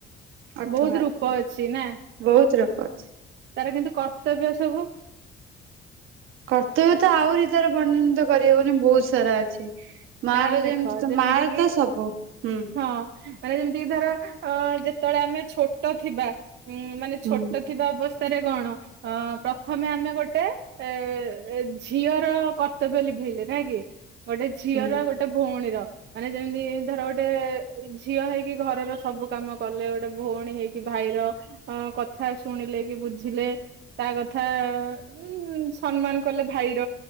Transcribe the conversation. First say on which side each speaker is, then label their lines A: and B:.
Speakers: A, on the right; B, on the right.
A: ଅର୍ଥ
B: ବହୁତ
A: ବାହାରିଯିବ
B: ରୂପ ଅଛି ନା।
A: ବହୁତ ରୂପ ଅଛି।
B: ତାର କିନ୍ତୁ କର୍ତ୍ତବ୍ୟ ସବୁ
A: କର୍ତ୍ତବ୍ୟ ତ ଆହୁରି ତାର ବର୍ଣ୍ଣନିତ କରିହବନି ବହୁତ ସାରା ଅଛି। ମା
B: କାରଣ
A: ର
B: ଦେଖ
A: ତ
B: ଯେମିତି
A: ମା
B: କିି
A: ତ ସବୁ ହୁଁ
B: ହଁ ମାନେ ଯେମିତିକି ଧର ଯେତେବେଳେ ଆମେ ଛୋଟ ଥିବା ଉଁ ମାନେ
A: ହୁଁ
B: ଛୋଟ ଥିବା ଅବସ୍ଥା ରେ କଣ ଅ ପ୍ରଥମେ ଆମେ ଗୋଟେ ଏ ଝିଅର କର୍ତ୍ତବ୍ୟ ଲିଭେଇଲେ, ନାଇଁ କି ଗୋଟେ ଝିଅର
A: ହୁଁ
B: ଗୋଟେ ଭଉଣୀର ମାନେ ଯେମିତି ଧର ଗୋଟେ ଝିଅ ହେଇକି ଘରର ସବୁ କାମ କଲେ, ଗୋଟେ ଭଉଣୀ ହେଇକି ଭାଇର କଥା ଶୁଣିଲେ କି ବୁଝିଲେ ତା କଥା, ଉ ସମ୍ମାନ କଲେ ଭାଇର